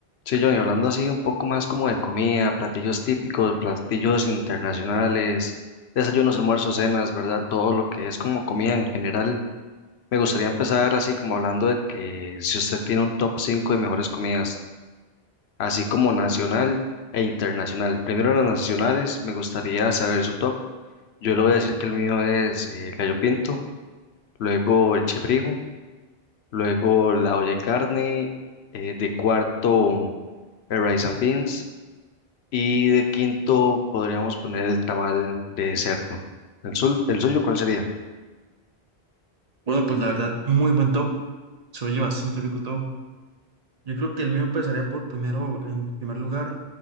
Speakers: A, on the left; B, on the right.
A: Sí, John, y hablando así un poco más como de comida, platillos típicos, platillos internacionales, desayunos, almuerzos, cenas, ¿verdad? Todo lo que es como comida en general. Me gustaría empezar así como hablando de que si usted tiene un top 5 de mejores comidas, así como nacional e internacional. Primero las nacionales, me gustaría saber su top. Yo le voy a decir que el mío es eh, el gallo pinto, luego el chifrijo, luego la olla de carne, eh, de cuarto el rice and beans. Y de quinto podríamos poner el tamal de cerdo. ¿El, sul- el suyo cuál sería?
B: Bueno, pues la verdad, muy buen top. Se oye bastante rico todo. Yo creo que el mío empezaría por primero, en primer lugar,